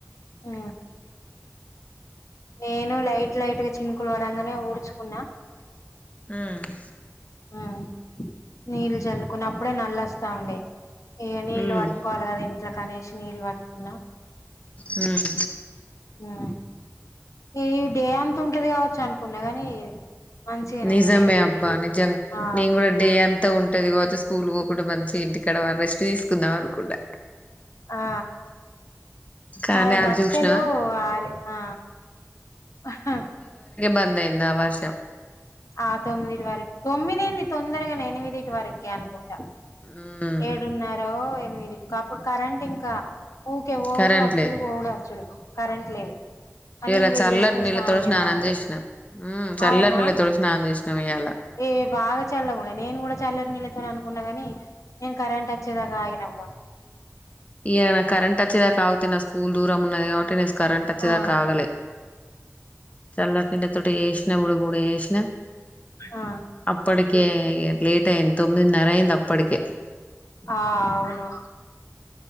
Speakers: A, on the left (about 75°); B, on the left (about 25°).
A: ఆ నేను లైట్ లైట్ గా చినుకులు వడంగానే ఊడ్చుకున్నా
B: ఉమ్
A: ఉ నీళ్ళు జల్లుకుని అప్పుడే నల్లొస్తా ఉండే ఇగ నీళ్లు
B: ఉమ్
A: పట్టుకోవాలికదా ఇంట్ ఇట్లా కనేసి నీళ్ళు పట్టుకున్నా
B: ఉమ్
A: ఆ ఈ డే అంత ఉంటది కావచ్చు అనుకున్నా గాని మంచిగానే
B: నిజమే
A: ఎండ వెళ్ళింది
B: అబ్బా నిజం
A: ఆ
B: నేను కూడా డే అంతా ఉంటది కావచ్చు స్కూల్ ఇప్పుడు బంచ్ ఇంటి కాడా రెస్ట్ తీసు కుందామనుకున్న
A: ఆ
B: కానీ
A: నాయి
B: అది
A: బట్టలు
B: చూసినవా
A: ఆరి ఆ హా
B: బందయింద ఆ వర్షం
A: ఆ తొమ్మిదిటి వరకు తొమ్మిది ఏంది తొందరగానే ఎనిమిది వరకే అనుకుంటా
B: మ్మ్
A: ఏడున్నారో మీది ఇ అప్పుడు కరెంట్ ఇంకా ఊకే పోోవుడు
B: కరెంట్
A: అచ్చుడు
B: లేదు
A: పోవుడు అచ్చుడు కరెంట్ లేదు చల్లి
B: ఇవాళ
A: నీళ్లు వేడి
B: చల్లటి
A: వేసుకుొని
B: నీళ్ళతో
A: స్నానం చేద్దామంటే
B: చేసినా మ్మ్ చల్లటి
A: అవునా
B: నీళ్ళతో స్నానం చేసినాం ఇయ్యాల
A: ఏ బాగా చల్ల కూడా నేను కూడా చల్ల ర్నీ లేదు అని అనుకున్నా గాని నన్ కరెంట్ వచ్చదా ఆగనప్ప <inaudible>
B: ఇ నా కరెంట్ వచ్చేదా కాగితే నా స్కూల్ దూరం ఉన్నది కాబట్టి నీకు కరెంట్ వచ్చేదా
A: ఆ
B: కాగలే. చల్లటి నీళ్లతోటి. గుడ గుడ చేసిన కూడా చేసినా
A: ఆ
B: అప్పటికే లేట్ అయింది తొమ్మిదిన్నర అయ్యింది అప్ప ఇప్పటికే
A: ఆ అవును